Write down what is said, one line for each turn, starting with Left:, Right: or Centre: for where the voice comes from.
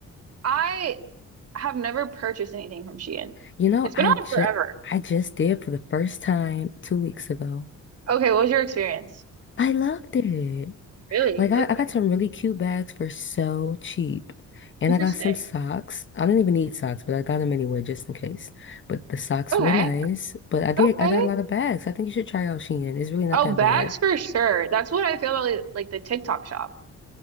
Right: I have never purchased anything from Shein.
Left: You know,
Right: It's been
Left: I
Right: on
Left: just
Right: forever.
Left: I just did for the first time two weeks ago.
Right: Okay, what was your experience?
Left: I loved it.
Right: Really?
Left: Like I,
Right: Okay.
Left: I got some really cute bags for so cheap. And
Right: Interesting.
Left: I got some socks. I didn't even need socks, but I got them anyway just in case. But the socks
Right: Okay.
Left: were nice. But I did
Right: Okay.
Left: I got a lot of bags. I think you should try out Shein. It's really not
Right: Oh,
Left: that
Right: bags
Left: bad.
Right: for sure. That's what I feel about like, like the TikTok shop.